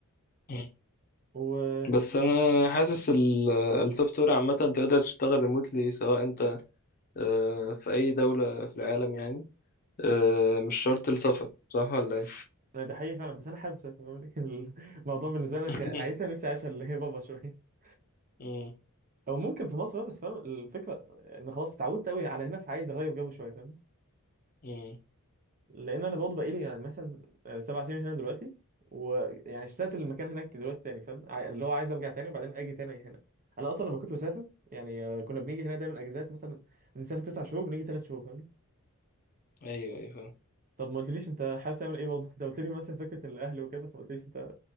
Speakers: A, on the left; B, on the right.
A: مم.
B: وانا
A: بس انا حاسس ال- السوفت وير عامه تقدر تشتغل ريموتلي سواء انت آه، في اي دوله في العالم يعني آه، مش شرط السفر صح ولا ايه
B: ده حقيقي فعلا بس انا حابب اسافر <laughs> الموضوع بالنسبه لي انا
A: <laughs>
B: كعيشه نفسي عايشه اللي هي بابا شويه
A: مم.
B: او ممكن في مصر بقى، بس فاهم الفكره ان خلاص اتعودت قوي على هنا فعايز اغير جو شويه فاهم
A: مم.
B: لان انا برضه بقالي يعني مثلا سبع سنين هنا دلوقتي ويعني اشتقت للمكان هناك دلوقتي تاني فاهم عاي- اللي هو عايز ارجع تاني وبعدين اجي تاني هنا انا اصلا لما كنت بسافر يعني آه، كنا بنيجي هنا دايما اجازات مثلا بنسافر تسع شهور بنيجي ثلاث شهور فاهمني
A: ايوه ايوه فاهم.
B: طب ما قلتليش انت حابب تعمل ايه برضه انت قلت لي مثلا فكره الاهل وكده بس ما قلتليش انت